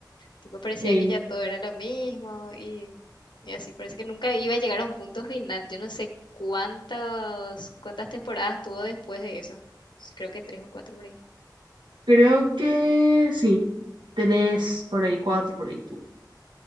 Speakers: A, on the left; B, on the right.
A: Tipo, parecía
B: Sí,
A: que ya todo era lo mismo y, y así, parece que nunca iba a llegar a un punto final. Yo no sé cuántas, cuántas temporadas tuvo después de eso. Creo que tres o cuatro por ahí.
B: creo que sí, tres por ahí, cuatro por ahí.